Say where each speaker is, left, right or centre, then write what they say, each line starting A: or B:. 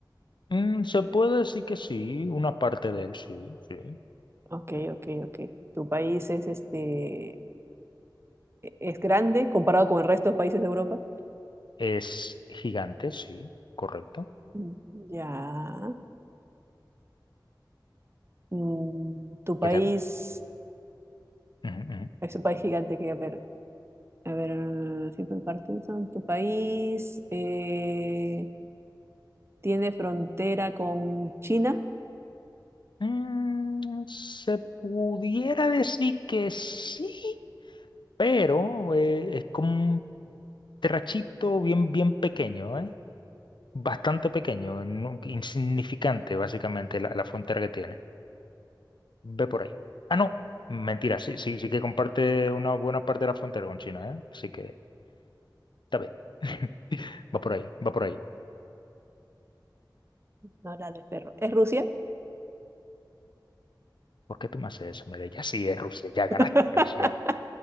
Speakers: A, on the left (about 75°); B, on the right (about 35°).
A: Mm, se puede decir que sí, una parte de él, sí, sí.
B: Ok, ok, ok. ¿Tu país es este es grande comparado con el resto de países de Europa.
A: Es gigante, sí, correcto.
B: Mm, Ya. Mm, tu país
A: ¿Qué tal? Ujú, ujú.
B: es un país gigante que, a ver, a ver, si por Parkinson, tu país eh, tiene frontera con China.
A: Mm, se pudiera decir que sí, pero eh, es como un trachito bien, bien pequeño, ¿eh? Bastante pequeño, no- insignificante básicamente la, la frontera que tiene. Ve por ahí. Ah, no, mentira, sí, sí, sí que comparte una buena parte de la frontera con China, ¿eh? Así que está bien. <laughs> Va por ahí, va por ahí.
B: No, la del perro. ¿Es Rusia?
A: ¿Por qué tú me haces eso? Mira, ya sí es Rusia, ya ganaste
B: <laughs>
A: Rusia.